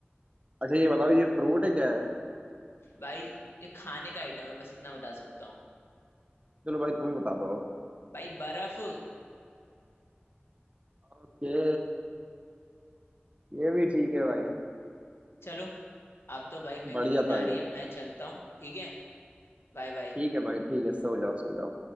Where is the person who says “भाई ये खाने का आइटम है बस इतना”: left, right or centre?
Left